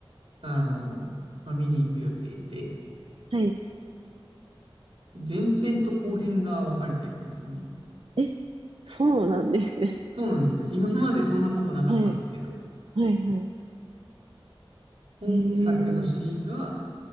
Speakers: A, on the right; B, on the right.
A: あの、まあ、見に行く予定で、
B: はい。
A: 前編と後編が分かれてるんですよね。
B: え、そうなんですね。
A: そうなんですよ。今までそんなことなかったんですけど、
B: <laughs> はい、はいは
A: 本作のシリーズは
B: い。えー、